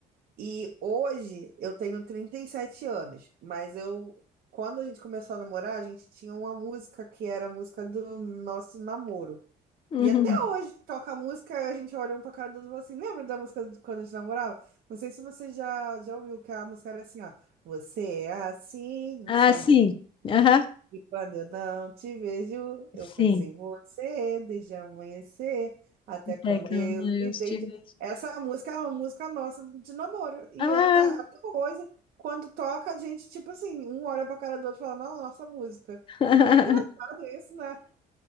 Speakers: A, on the right (about 60°); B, on the left (about 30°).
A: e hoje eu tenho 37 anos, mas eu. Quando a gente começou a namorar, a gente tinha uma música que era a música do nosso namoro.
B: uhum.
A: E até hoje toca música, a gente olha um pra cara do outro e fala assim, lembra da música de quando a gente namorava? Não sei se você já, já ouviu que a música era assim, ó. Você é assim,
B: Ah,
A: um sonho
B: sim,
A: pra
B: aham,
A: mim, e quando eu não te vejo, eu penso
B: sim.
A: em você desde amanhecer até
B: Até
A: quando
B: que
A: eu
B: eu, eu
A: me
B: estive.
A: deito. Essa música é uma música nossa de namoro. E
B: Ah,
A: até, até hoje, quando toca, a gente, tipo assim, um olha pra cara do outro e fala, "Não, nossa música.
B: <laughs>
A: É engraçado isso, né?